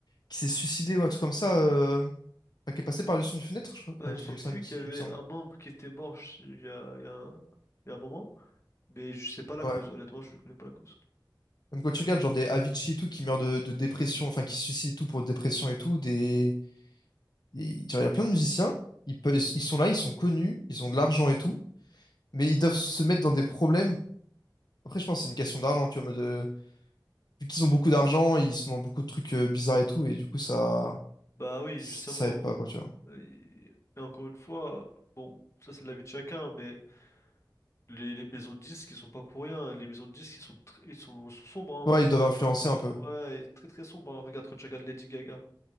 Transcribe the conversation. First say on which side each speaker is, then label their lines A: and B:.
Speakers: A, on the left; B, on the left.
A: qui s'est suicidé ou un truc comme ça, euh, enfin, qui est passé par-dessus une fenêtre, je crois,
B: Bah,
A: un truc
B: j'ai
A: comme
B: vu
A: ça, il me
B: qu'il
A: il
B: y avait
A: me semble.
B: un membre qui était mort je- il y a, il y a un il y a un moment, mais je sais pas la
A: Ouais.
B: cause, honnêtement, je connais pas la cause.
A: Même quand tu regardes genre des Avicii et tout qui meurent de, de dépression, enfin qui se suicident et tout pour dépression et tout, des... et- genre, il y a plein de musiciens, ils, pe- ils sont là, ils sont connus, ils ont de l'argent et tout, mais ils doivent se mettre dans des problèmes. Après, je pense que c'est une question d'argent, tu vois, en mode, euh, vu qu'ils ont beaucoup d'argent, ils sont dans beaucoup de trucs euh, bizarres et tout, et du coup, ça,
B: Bah oui,
A: ça
B: justement.
A: aide pas, quoi, tu vois.
B: Et, et encore une fois, bon, ça c'est l'avis de chacun, mais les, les maisons de disques, ils sont pas pour rien. hein. Les maisons de disques, ils sont, tr- ils sont, sont sombres, hein.
A: Ouais,
B: Ils
A: ils
B: sont
A: doivent influencer un peu.
B: ouais, et très très sombres. hein. Regarde quand tu regardes Lady Gaga.